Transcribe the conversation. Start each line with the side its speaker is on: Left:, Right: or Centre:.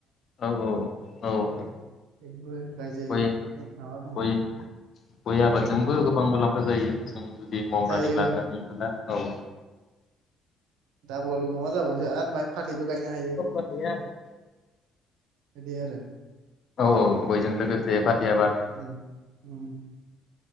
Left: औ औ औ औ
Right: बेफोरबो गायजायो
Left: गय
Right: माबा दङ
Left: गय गय
Right: औ
Left: आबादजोंबो गोबां मुलाम जायो। जों जुदि मावनानै
Right: जायो
Left: लानो
Right: औ
Left: हायोब्ला औ
Right: डाबल माबा जाबावसो आरो बेहाय फा थैबो गायनो हायो।
Left: औ
Right: बिदि आरो
Left: औ औ गयजों लोगोसे फाथै आबाद
Right: उम उम